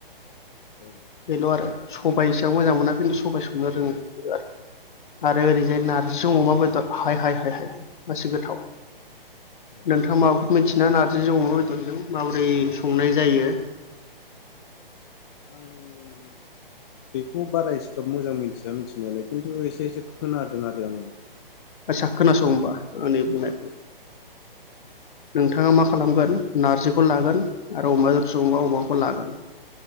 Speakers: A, on the left; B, on the left.
A: औ
B: बेल' आरो सबाय एसां मोजां मोना खिन्थु सबाय संनो रोङो बे आरो ओरैजाय नारजिजों अमा बेदर हाय हाय हाय हाय मासे गोथाव
A: औ
B: नोंथाङ माबाखौ मिथिना नारजिजों अमा बेदरजों माबोरै संनाय जायो?
A: आं बेखौ बारा एसेबाब मोजां मिनथिया मिनथि <unintelligible> खिन्थु एसे एसे खोना दों आरो आंङो
B: आचसा खोनासं होनबा आंनि बुंनायखौ नोंथाङा मा खालामगोन नार्जिखौ लागोन आरो अमाजों संबा अमाखौ लागोन